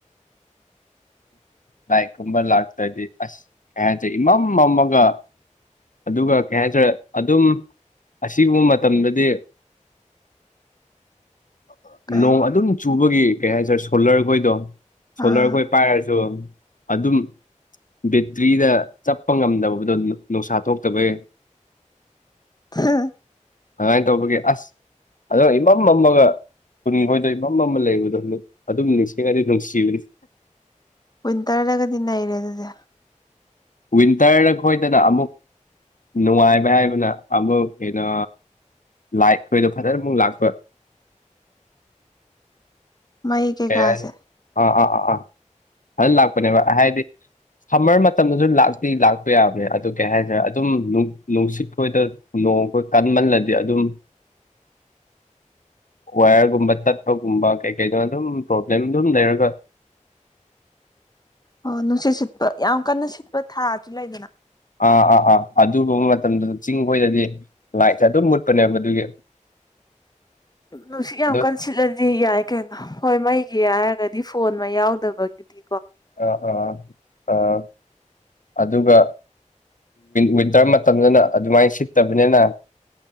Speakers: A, on the left; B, on the left.
A: ꯂꯥꯏꯠ ꯀꯨꯝꯕ ꯂꯥꯛꯇ꯭ꯔꯗꯤ ꯑꯁ ꯀꯩ ꯍꯥꯏꯁꯦ ꯏꯃꯝ ꯃꯝꯃꯒꯥ ꯑꯗꯨꯒ ꯀꯩ ꯍꯥꯏꯇꯥꯔꯦ ꯑꯗꯨꯝ ꯑꯁꯤꯒꯨꯝꯕ ꯃꯇꯝꯗꯗꯤ <unintelligible>
B: ꯀꯩ
A: ꯅꯣꯡ ꯑꯗꯨꯝ ꯆꯨꯕꯒꯤ ꯀꯩ ꯍꯥꯏꯇꯥꯔꯦ ꯁꯣꯂꯔ ꯈꯣꯏꯗꯣ ꯁꯣꯂꯔ
B: ꯑꯥ
A: ꯈꯣꯏ ꯄꯥꯏꯔ ꯗꯣ ꯑꯗꯨꯝ ꯕꯦꯇ꯭ꯔꯤꯗ ꯆꯠꯄ ꯉꯝꯗꯕꯗꯣ ꯅꯨꯡꯁꯥ ꯊꯣꯛꯇꯕꯩ
B: ꯍ
A: ꯑꯗꯨꯃꯥꯏꯅ ꯇꯧꯕꯒꯤ ꯑꯁ ꯑꯗꯋꯥꯏ ꯏꯃꯝ ꯃꯝꯃꯒ ꯀꯨꯟ ꯈꯣꯏꯗꯣꯏ ꯏꯃꯝ ꯃꯝꯃꯒ ꯂꯩꯕꯗꯣ ꯑꯗꯨꯝ ꯅꯤꯡꯁꯤꯡꯉꯗꯤ ꯅꯨꯡꯁꯤꯕꯅꯤ
B: ꯋꯤꯟꯇꯔꯗꯒꯗꯤ ꯅꯩꯔꯦ ꯑꯗꯨꯗꯤ
A: ꯋꯤꯟꯇꯔꯗ ꯑꯩ ꯈꯣꯏꯗꯅ ꯑꯃꯨꯛ ꯅꯨꯡꯉꯥꯏꯕ ꯍꯥꯏꯕꯅ ꯑꯃꯨꯛ ꯍꯦꯟꯅ ꯂꯥꯏꯠ ꯑꯩꯈꯣꯏꯗꯣ ꯐꯖꯅ ꯑꯃꯨꯛ ꯂꯥꯛꯄ
B: ꯃꯩ ꯀꯩꯀꯥꯁꯦ
A: ꯀꯩ ꯍꯥꯏꯅꯤ ꯑꯥ ꯑꯥ ꯑꯥ ꯑꯥ ꯐꯖꯅ ꯂꯥꯛꯄꯅꯦꯕ ꯍꯥꯏꯗꯤ ꯁꯝꯃꯔ ꯃꯇꯝꯗꯁꯨ ꯂꯥꯛꯇꯤ ꯂꯥꯛꯄ ꯌꯥꯕꯅꯦ ꯑꯗꯨ ꯀꯩ ꯍꯥꯏꯁꯤꯔꯥ ꯑꯗꯨꯝ ꯅꯨꯡꯁꯤꯠ ꯈꯣꯏꯗ ꯅꯣꯡꯈꯣꯏ ꯀꯟꯃꯜꯂꯗꯤ ꯑꯗꯨꯝ ꯋꯥꯌꯔꯒꯨꯝꯕ ꯇꯠꯄꯒꯨꯝꯕ ꯀꯩ ꯀꯩꯩꯅꯣ ꯑꯗꯨꯝ ꯄ꯭ꯔꯣꯕ꯭ꯂꯦꯝ ꯑꯗꯨꯝ ꯂꯩꯔꯒ
B: ꯑꯣ ꯅꯨꯡꯁꯤꯠ ꯁꯤꯠꯄ ꯌꯥꯝ ꯀꯟꯅ ꯁꯤꯠꯄ ꯊꯥꯁꯨ ꯂꯩꯗꯅ
A: ꯑꯥ ꯑꯥ ꯑꯥ ꯑꯗꯨꯒꯨꯝꯕ ꯃꯇꯝꯗꯨꯗ ꯆꯤꯡꯈꯣꯏꯗꯗꯤ ꯂꯥꯏꯠꯁꯦ ꯑꯗꯨꯝ ꯃꯨꯠꯄꯅꯦꯕ ꯑꯗꯨꯒꯤ <unintelligible>
B: ꯅꯨꯡꯁꯤꯠ ꯌꯥꯝ
A: ꯑꯗꯣ
B: ꯀꯥꯟ ꯁꯤꯠꯂꯗꯤ ꯌꯥꯏ ꯀꯩꯅꯣ ꯍꯣꯏ ꯃꯩꯒꯤ ꯍꯥꯏꯔꯒꯗꯤ ꯐꯣꯟ ꯃꯩ ꯌꯥꯎꯗꯕꯒꯤꯗꯤ
A: ꯑꯥ ꯑꯥ ꯑꯥ ꯑꯗꯨꯒ ꯋꯤꯟꯇꯔ ꯃꯇꯝꯗꯅ ꯑꯗꯨꯃꯥꯏꯅ ꯁꯤꯠꯇꯕꯅꯤꯅ